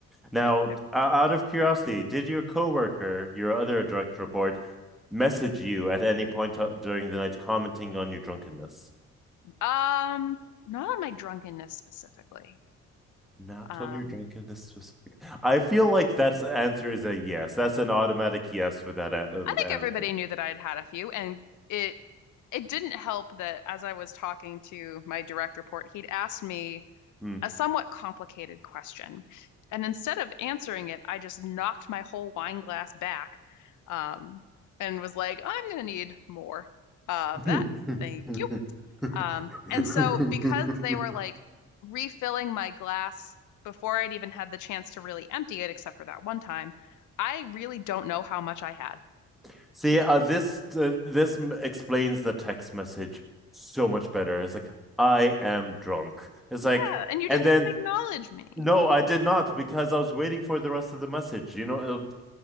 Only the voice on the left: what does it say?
It's okay.
Um, not on my drunkenness specifically.
Um,
I think
everybody knew that I'd had a few, and it it didn't help that as I was talking to my direct report, he'd asked me
a somewhat complicated question. And instead of answering it, I just knocked my whole wine glass back, um, and was like, I'm gonna need more of
that. Thank you. Um, and so because they were like refilling my glass before I'd even had the chance to really empty it, except for that one time, I really don't know how much I had.
Yeah, and you
didn't
even acknowledge me.